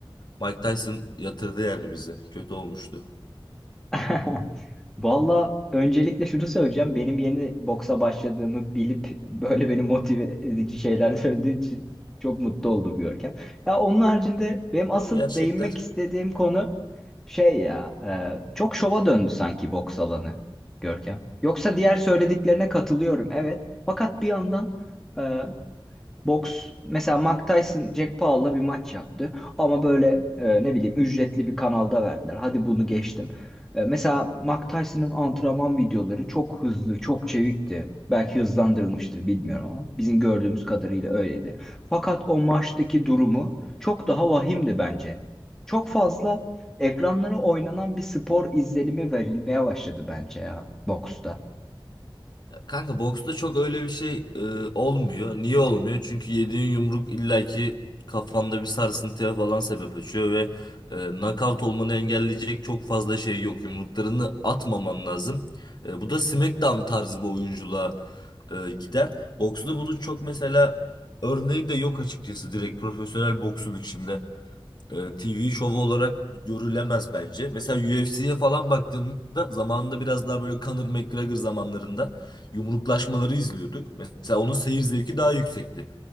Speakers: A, on the left; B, in the centre.
A: Mike Tyson yatırdı yani bizi. Kötü olmuştu.
B: <laughs> Valla öncelikle şunu söyleyeceğim. Benim yeni boksa başladığımı bilip böyle beni motive edici şeyler <laughs> söylediği için çok mutlu oldum Görkem. Ya onun haricinde benim asıl
A: Yok gerçekler.
B: değinmek istediğim konu şey ya e, çok şova döndü sanki boks alanı Görkem. Yoksa diğer söylediklerine katılıyorum evet. Fakat bir yandan e, Boks mesela Mike Tyson Jack Paul'la bir maç yaptı ama böyle e, ne bileyim ücretli bir kanalda verdiler. Hadi bunu geçtim. E, mesela Mike Tyson'ın antrenman videoları çok hızlı, çok çevikti. Belki hızlandırılmıştır bilmiyorum ama bizim gördüğümüz kadarıyla öyleydi. Fakat o maçtaki durumu çok daha vahimdi bence. Çok fazla ekranlara oynanan bir spor izlenimi verilmeye başladı bence ya boksta.
A: Ya Kanka boksta çok öyle bir şey e, olmuyor. Niye olmuyor? Çünkü yediğin yumruk illaki kafanda bir sarsıntıya falan sebep açıyor ve e, knockout olmanı engelleyecek çok fazla şey yok. Yumruklarını atmaman lazım. E, bu da SmackDown tarzı bir oyunculuğa e, gider. Boksta bunun çok mesela örneği de yok açıkçası direkt profesyonel boksun içinde e, TV şovu olarak görülemez bence. Mesela UFC'ye falan baktığında zamanında biraz daha böyle Conor McGregor zamanlarında yumruklaşmaları izliyorduk. Mesela onun seyir zevki daha yüksekti.